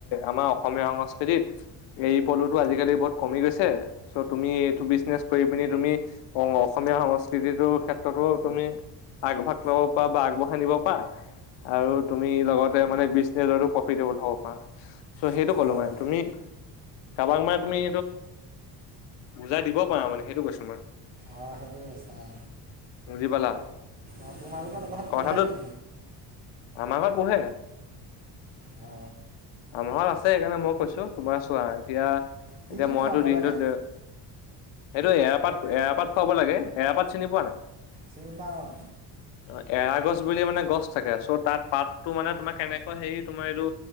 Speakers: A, on the left; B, on the right.
A: আমাৰ অসমীয়া সংস্কৃতিত এই পলুটো আজিকালি বহুত কমি গৈছে চ' তুমি এইটো বিজনেচ কৰি পি তুমি অ অসমীয়া সংস্কৃতিটোৰ ক্ষেত্ৰতো তুমি আগভাগ লাব প বা আগবঢ়াই নিব পাৰা আৰু তুমি লগতে মানে বিজনেচতো প্ৰফিটবল হ'ব পাৰা। চ' সেইটো ক'লো
B: অঁ
A: মানে
B: অঁ
A: তুমি কাৰোবাক মাৰ তুমি বুজাই দিব পাৰা মানে সেইটো কৈছো মই।
B: অঁ সেইটো কৈছা অ।
A: বুজি পালা
B: অ তোমালোকৰ ঘৰত
A: কথাটো
B: পোহে নি?
A: আমাৰ ঘৰত পোহে।
B: অ।
A: আমাহত আছে সেইকাৰণে মই কৈছো তোমাৰ চোৱা এতিয়া
B: কি
A: এতিয়া
B: কি
A: মইতো
B: খুৱাব
A: দিনটোত
B: লাগে
A: সেইটো এৰাপাত এৰাপাত খুৱাব লাগে। এৰাপাত চিনি পোৱা নাই?
B: চিনি পাওঁ অঁ
A: অ এৰা গছ ছ বুলি মানে গছ থাকে চ' তাত পাতটো মানে তোমাৰ কেনেকুৱা হেৰি তোমাৰ এইটো